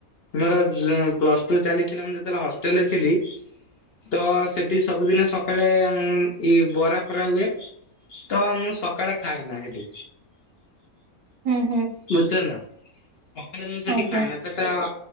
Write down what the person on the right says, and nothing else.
ହୁଁ ହୁଁ
ଆଜ୍ଞା